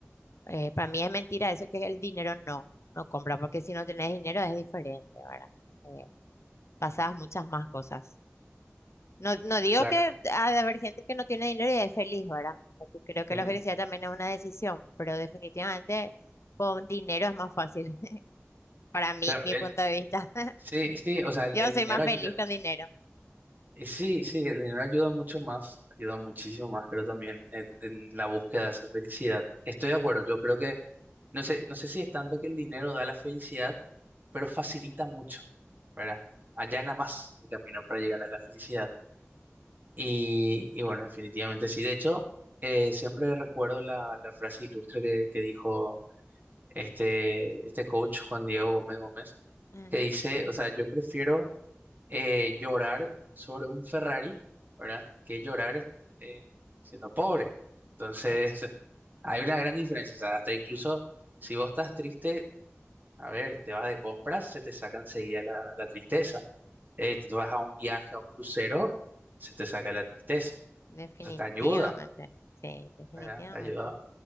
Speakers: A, on the left (about 75°); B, on the right (about 40°).
A: eh, para mí es mentira eso que el dinero no, no compra, porque si no tenés dinero es diferente, ¿verdad? Eh, pasás muchas más cosas. No, no digo
B: Claro,
A: que ha de haber gente que no tiene dinero y es feliz, ¿verdad? Porque creo que
B: sí,
A: la felicidad también es una decisión, pero definitivamente con dinero es más fácil, <laughs> para mí,
B: claro,
A: mi
B: el-
A: punto de vista. <laughs>
B: sí, sí, o sea, el
A: Yo
B: el
A: soy
B: dinero
A: más
B: ayuda.
A: feliz con dinero.
B: Y sí, sí, el dinero ayuda mucho más, ayuda muchísimo más, creo también, en, en la búsqueda de esa felicidad. Estoy de acuerdo, yo creo que, no sé, no sé si es tanto que el dinero da la felicidad, pero facilita mucho, ¿verdad? Allana más el camino para llegar a la felicidad. Y, y bueno, definitivamente sí. De hecho, eh, siempre recuerdo la, la frase ilustre que, que dijo este, este coach Juan Diego Gómez Gómez,
A: Ajá,
B: que dice, o sea, yo prefiero eh, llorar sobre un Ferrari, ¿verdad? Que llorar eh, siendo pobre. Entonces,
A: de-
B: <laughs> hay una gran diferencia. O sea, hasta incluso si vos estás triste, a ver, te vas de compras, se te saca enseguida la, la tristeza. Eh, tú vas a un viaje, a un crucero, se te saca la tristeza.
A: definitivamente,
B: O sea, te ayuda,
A: sí, definitivamente.
B: ¿verdad? Te ayuda.